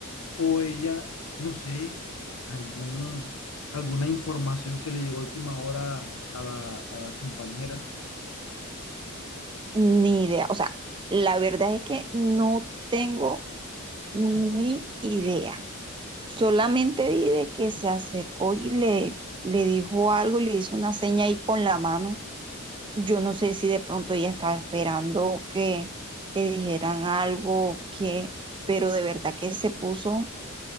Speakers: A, on the left; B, on the right.
A: O ella, no sé, algún, alguna información que le llegó a última hora a la, a la compañera.
B: ni idea. O sea, la verdad es que no tengo ni idea. Solamente di de que se acercó y le, le dijo algo, le hizo una seña ahí con la mano. Yo no sé si de pronto ella estaba esperando que le dijeran algo, que, pero de verdad que se puso